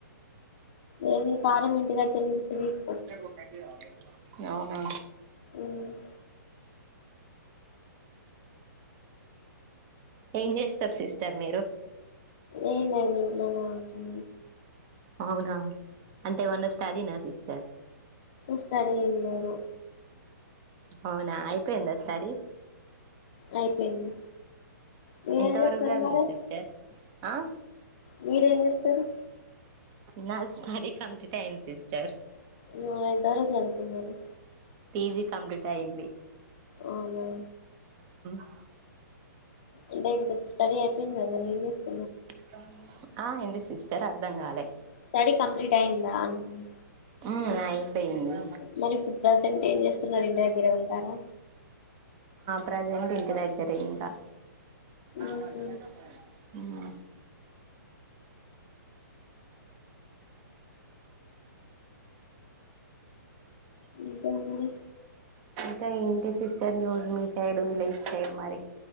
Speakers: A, on the left; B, on the right.
A: ఏంది కా మేము ఇంటి దగ్గర నుంచే తీసు
B: అక్కకు రెండు అంట ఇయ్యరాదే అవునా
A: ఊమ్
B: ఏంచేస్తారు సిస్టర్ మీరు
A: ఏం లేదే అవునా అంటి
B: అవునా అంటే ఏవన్నా స్టడీ నా సిస్టర్
A: స్టడీ ఏం లేదు
B: అవునా అయిపోయిందా స్టడీ
A: అయిపోయింది మీరేం
B: ఎంత
A: చేస్తారు
B: వరకు చదివిల్లు
A: మరి
B: సిస్టర్ ఆ
A: మీరేం చేస్తారూ
B: నా స్టడీ కంప్లీట్ అయింది సిస్టర్
A: న ఎంతవరకు చదువుకున్నారు
B: పీ జీ కంప్లీట్ అయ్యింది
A: అవునా
B: ఆ
A: అంటే ఇంక స్టడి అయిపోయింది కదా మరి ఏం చేస్ <unintelligible>
B: ఇత ఆ ఏంటి సిస్టర్ అర్థం కాలే
A: స్టడీ కంప్లీట్ అయిందా అంటున్నా
B: <unintelligible> ఐ పోయింది
A: మరి ఇప్పుడు ప్రజెంట్ ఏం చేస్తున్నారు ఇంటి దగ్గరే ఉంటారా
B: ప్రజెంట్ ఇంటి దగ్గరే ఇంకా
A: ఉహు
B: బగానే కడ
A: ఇంకా మరి
B: ఇంకా ఏంటి సిస్టర్ న్యూస్ మీ సైడ్ విలేజ్ సైడ్ మరి